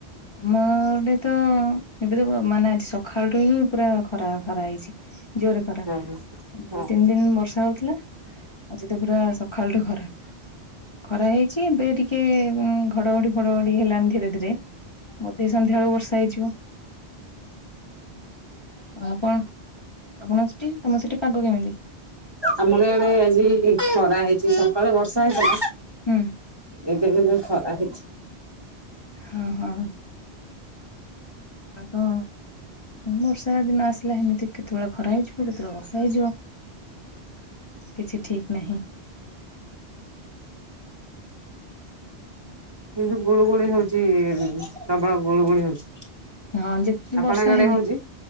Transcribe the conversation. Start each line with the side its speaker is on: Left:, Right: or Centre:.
Left: ଆମ ଆଡେ ତ ଏବେ ତ ମାନେ ଆଜି ସକାଳୁଠୁ ହିଁ, ପୁରା ଖରା ଖରା ହେଇଛି, ଜୋରେ ଖରା
Right: ହଁ ହଁ ହଁ।
Left: ଦୁଇ ତିନି ଦିନ ବର୍ଷା ହଉଥିଲା। ଆଜି ତ ପୁରା ସକାଳଠୁ ଖରା। ଖରା ହେଇଛି। ଏବେ ଟିକେ ଘଡଘଡି ଫଡଘଡି ହେଲାଣି ଧୀରେ ଧୀରେ, ବୋଧେ ସନ୍ଧ୍ୟା ବେଳୁ ବର୍ଷା ହେଇଯିବ। କଣଆପଣ ସେଠି, ତମ ସେଠି ପାଗ କେମିତି?
Right: ଆମର ଏଡେ ଆଜି ଖରା ହେଇଛି ସକାଳେ ବର୍ଷା ହେଇଥିଲା।
Left: ହୁଁ
Right: ଏଵେ କିନ୍ତୁ ଖରା ହେଇଛି।
Left: ହଁ ହଁ। ଆଗ ବର୍ଷା ଦିନ ଆସିଲା, ସେମିତି କେତେବେଳେ ଖରା ହେଇଯିବ। କେତଳ ବର୍ଷା ହେଇଯିବ, କିଛି ଠିକ ନାହିଁ।
Right: କିନ୍ତୁ ଗୁଳୁ ଗୁଳି ହଉଛି ପ୍ରବଳ ଗୁଳୁ ଗୁଳି ହଉଛି।
Left: ହଁ ଯେତେ
Right: ଆପଣଙ୍କ
Left: ବର୍ଷା ହେଲେ,
Right: ଆଡେ ହଉଛି?